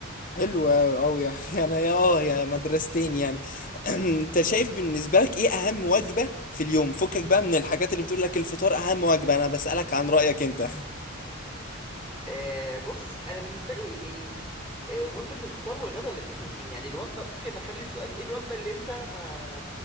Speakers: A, on the left (about 40°); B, in the centre.
A: حلو أوي أوي <laughs> يعني أنا يا آه يا مدرستين يعني <clears throat> أنت شايف بالنسبة لك إيه أهم وجبة في اليوم؟ فكك بقى من الحاجات اللي بتقول لك الفطار أهم وجبة أنا بسألك عن رأيك أنت <laughs>
B: آه بص انا بالنسبه لي يعني آه، وجبه الفطار والغداء الاثنين مهمين يعني الوجبه ممكن اخلي السؤال ايه الوجبه اللي انت ما